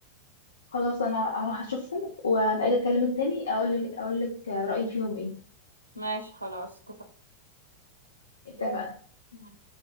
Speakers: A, on the left; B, on the right.
A: خلاص انا هروح اشوفهم وابقى اجي اكلمك تاني اقول لك اقول لك رايي فيهم ايه
B: ماشي خلاص
A: اتفقنا
B: اتفقنا